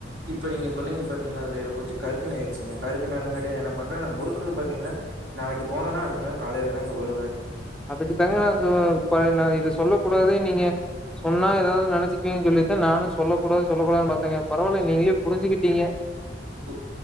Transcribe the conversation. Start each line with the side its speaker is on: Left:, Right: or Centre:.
Right: இப்ப நீங்க சொன்னீங்க பாத்தீங்களா அதுல எனக்கு கொச்சு கருத்துனு ஆயிச்சுங்க கருக்குண என்னகேட்டா என்ன பண்றே முறுக்குன்னு பாத்தீங்கன்னா நாளைக்கு போனேனா அடுத்த நா காலைலதாங்க வருவே
Centre: அதுக்குதாங்க நா சொ ற த இது சொல்லக் கூடாது நீங்க சொன்னா ஒதாவது நெனைச்சக்கீன்னு சொல்லிதா நானு சொல்ல கூடாது சொல்லகூடாதுனு பாத்தங்க பரவாலங் நீங்ளே புஞ்சுகிட் ங்க
Right: உ